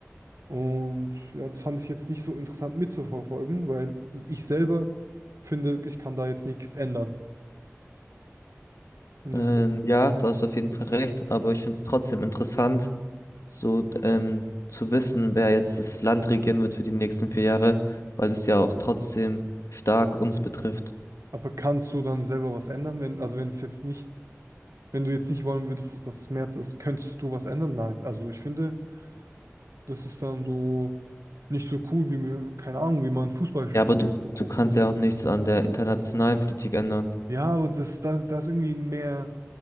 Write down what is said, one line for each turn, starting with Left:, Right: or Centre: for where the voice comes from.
Right: Und ja, das fand ich jetzt nicht so interessant mitzuverfolgen, weil ich selber finde, ich kann da jetzt nichts ändern. Und
Left: Ähm,
Right: deswegen,
Left: ja, da hast du auf jeden Fall recht, aber ich finde es trotzdem interessant, so ähm, zu wissen, wer jetzt das Land regieren wird für die nächsten vier Jahre, weil das ja auch trotzdem stark uns betrifft.
Right: aber kannst du dann selber was ändern, wenn, also wenn es jetzt nicht, wenn du jetzt nicht wollen würdest, dass es März ist, könntest du was ändern? Nein. Also ich finde, das ist dann so nicht so cool, wie mir, keine Ahnung, wie man Fußball sch-
Left: Ja, aber du,
Right: guckt.
Left: du kannst ja auch nichts an der internationalen Politik ändern.
Right: Ja, aber das, da, da ist irgendwie mehr,